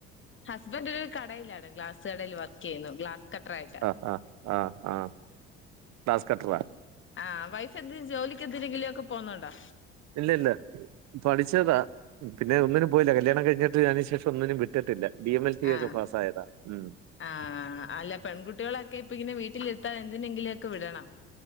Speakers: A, on the left (about 40°); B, on the right (about 65°).
A: ഹസ്ബൻഡ് ഒരു കടയിലാണ് ഗ്ലാസ് കടയിൽ വർക്ക് ചെയ്യുന്നു ഗ്ലാസ് കട്ടർ ആയിട്ട്
B: ആഹ ആഹ് ആഹ് ആഹ് ഗ്ലാസ്‌ കട്ട്റാ
A: ആ വൈഫ് എന്ത്‌ ജോലിക്ക് എന്തിനെങ്കിലും ഒക്കെ പോവുന്നുണ്ടോ
B: ഇല്ല ഇല്ല പഠിച്ചതാ പിന്നെ ഒന്നിനും പോയില്ല കല്യാണം കഴിഞ്ഞിട്ട് അതിനു ശേഷം ഒന്നിനും വിട്ടിട്ടില്ല ഡി എം എൽ ടി
A: ആഹ്
B: ഒക്കെ പാസ്സായതാ ഉം
A: ആഹ് അല്ല പെൺകുട്ടികളൊക്കെ ഇപ്പം ഇങ്ങനെ വീട്ടില് എന്തിനെങ്കിലെക്കെ വിടണം